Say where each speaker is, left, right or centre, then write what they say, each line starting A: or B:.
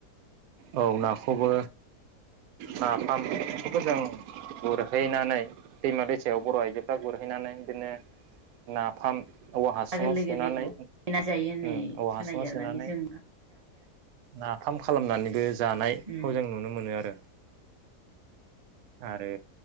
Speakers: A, on the right (about 75°); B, on the right (about 40°).
A: औ नाखौबो नाफामखौबो जों गुरहैनानै दैमा दैसायाव बर आइजोफ्रा गुरहैनानै बिदिनो नाफाम औवा हासुङाव
B: <unintelligible> गोरलै
A: सोनानै
B: गोरलैखौ मेना जायो होननाय
A: उम औवा
B: खोनायो
A: हासुङाव सोनानै
B: आरो माने जों
A: नाफाम खालामनानैबो जानायखौ
B: उम
A: जों नुनो मोनो। <unintelligible> आरो